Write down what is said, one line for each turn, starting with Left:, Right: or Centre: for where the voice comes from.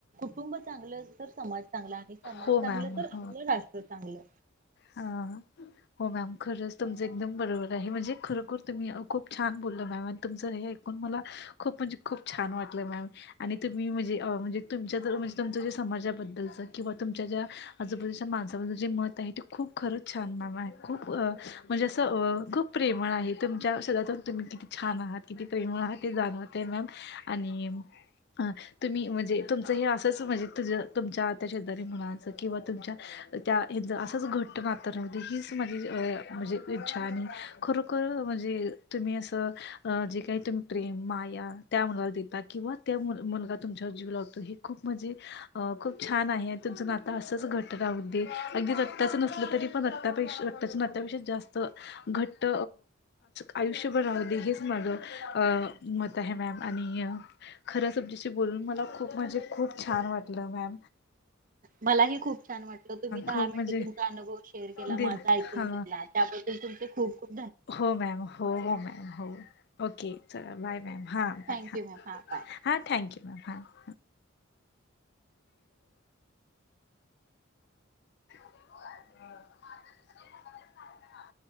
Right: कुटुंब चांगलं तर समाज चांगला आणि समाज
Left: हो
Right: चांगलं
Left: मॅम
Right: तर
Left: हो
Right: आपलं राष्ट्र चांगलं.
Left: हा. हो मॅम खरंच तुमचं एकदम बरोबर आहे म्हणजे खरोखर तुम्ही खूप छान बोलल मॅम आणि तुमचं हे ऐकून मला खूपच खूप छान वाटलं मम आणि तुम्ही म्हणजे म्हणजे तुमजे तुमच समाजाबद्दलचं किंवा तुमच्या ज्या आजूबाजूच्या माणसाबद्दल जे मत आहे ते खूप खरंच छान माम आहे खूप म्हणजे असं खूप प्रेमळ आहे तुमच्या शदातून तुम्ही कि छान आहात किती प्रेमीळ आहात ते जाणवते मॅम आणि अ तुम्ही म्हणजे तुमचं हे असंच म्हणजे तु तुमच्या त्या शेजारी मुलाच किंवा तुमच्या त्याच असंच घट घट्ट नातं राहू दे हीच माझी म्हणजे इच्छा आणि खरोखर म्हणजे तुम्ही असं जे काही तुम्ही प्रेम माया त्या मु देता किंवा त्या मुलगा तुमच्यावर जीव लावतो. खप म्हणजे खप छान आहे तुमच नातं असच घट राहू दे अगदी रक्ताचं. तरी पणपेक्षताच्या नाट्यापेक्षा जास्त घट्ट आयुष्यभर रा ते हेच माझं मत आहे मॅम आणि खऱ्या सबजीशी बोलून मला खूप म खूप छान वाटलं मॅ
Right: मलाही खूप छान वाटलं तुम्ही दहा
Left: खूप
Right: मिनटे
Left: म्हणजे
Right: तु अुव शेअर केला
Left: दिल
Right: माझा ऐकून
Left: हा
Right: घेतला त्याबद्दल तुमचे खूपप
Left: हो मॅम हो हो मॅम हो ओके चला बाय मॅम हा
Right: थँक्यू
Left: बाय हा
Right: मॅम हां बाय
Left: हा थँक्यू मॅम ह <inaudible>